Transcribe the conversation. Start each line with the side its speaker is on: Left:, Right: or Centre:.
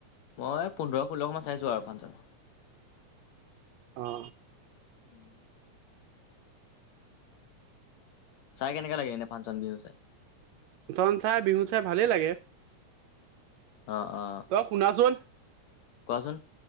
Left: মই পোন্ধৰ ষোল্লখন মান চাইছো আৰু ফাংচন
Right: অ
Left: <inaudible> চাই কেনেকে লাগিলে এনে ফাংচন বিহু চাই
Right: ফাংচন চাই বিহু চাই ভালেই লাগে
Left: অ অ
Right: তই শুনাচোন
Left: কোৱাচোন